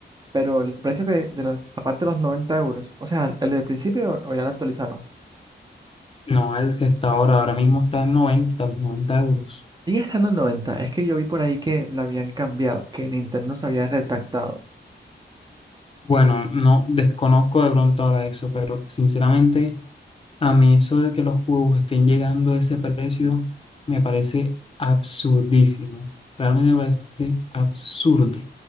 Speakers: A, on the right; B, on the left.
A: Pero el precio que de la la parte de los 90 euros, o sea, el del principio o ya lo actualizaron.
B: No, el que está ahora, ahora mismo está en 90, los 90 euros.
A: Sigue estando en 90, es que yo vi por ahí que lo habían cambiado, que Nintendo se había retractado.
B: Bueno, no desconozco de pronto ahora eso, pero sinceramente A mí eso de que los juegos estén llegando a ese precio me parece absurdísimo. Realmente me parece absurdo.